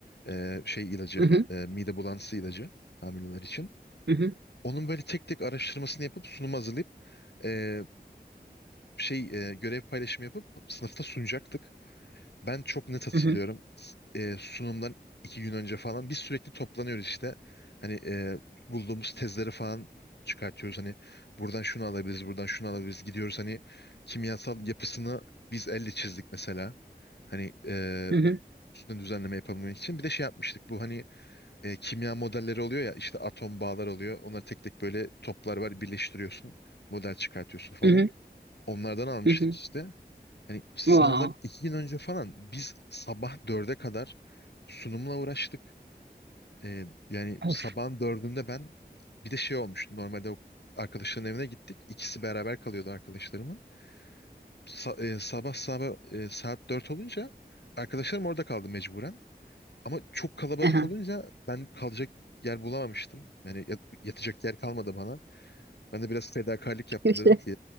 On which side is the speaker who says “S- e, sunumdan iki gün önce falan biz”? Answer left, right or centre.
Left